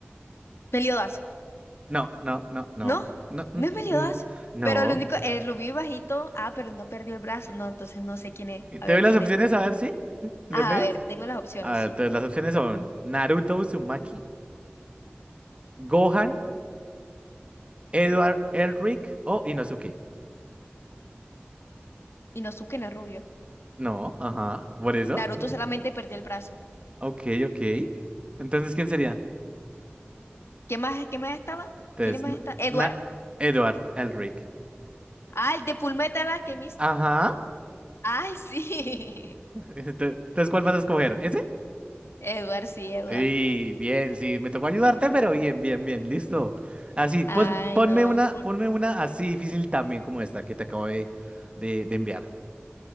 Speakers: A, on the left (about 85°); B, on the right (about 30°).
A: Meliodas,
B: No, no, no, no,
A: ¿no?
B: no, mm,
A: No es
B: mm,
A: Meliodas,
B: mm, no.
A: pero el único, el rubio bajito, ah, pero no perdió el brazo, no, entonces no sé quién es,
B: ¿Te
A: a ver
B: doy las
A: quién
B: opciones
A: es.
B: a ver si le
A: Ah,
B: pegas?
A: a ver, tengo las opciones.
B: A ver, entonces las opciones son Naruto Uzumaki, Gohan, Edward Elric o Inosuke.
A: Inosuke no es rubio.
B: No, ajá, por eso.
A: Naruto
B: Mm,
A: solamente perdió el brazo.
B: Ok, ok. Entonces, ¿quién sería?
A: ¿Qué más, qué más estaba?
B: Entonces,
A: ¿Quién más
B: na
A: está? Eduardo.
B: na- Edward Elric.
A: Ah, el de Fullmetal Alchemist.
B: Ajá.
A: Ay, sí.
B: <laughs> Ente- Entonces, ¿cuál vas a escoger? ¿Ese?
A: <laughs> Edward, sí, Edward.
B: Y bien, sí, me tocó ayudarte, pero bien, bien, bien, listo. Así, pues
A: Ay,
B: ponme
A: no.
B: una, ponme una así difícil también como esta que te acabo de, de, de enviar.